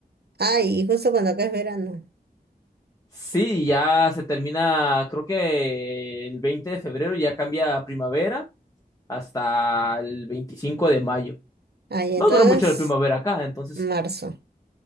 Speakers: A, on the right; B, on the left.
A: Ay, y justo cuando acá es verano.
B: Sí, ya se termina, creo que el 20 de febrero ya cambia a primavera hasta el 25 de mayo.
A: Ay,
B: No
A: entonces
B: dura mucho la primavera acá, entonces
A: Marzo.